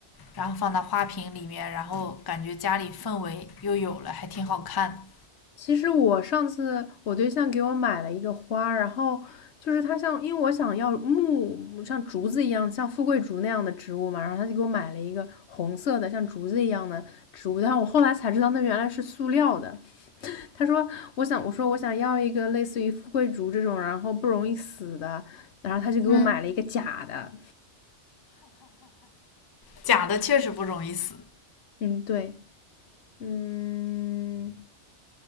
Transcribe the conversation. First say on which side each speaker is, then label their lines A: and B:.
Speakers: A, on the left; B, on the left.
A: 然后放到花瓶里面，然后感觉家里氛围又有了，还挺好看。
B: 其实我上次我对象给我买了一个花，然后就是它像，因为我想要木像竹子一样，像富贵竹那样的植物嘛，然后他就给我买了一个红色的像竹子一样的植物，但我后来才知道那原来是塑料的。他说：“我想，我说我想要一个类似于富贵竹这种，然后不容易死的。”然后他就给我买了一个假的。
A: 嗯，假的确实不容易死。
B: 嗯，对，嗯，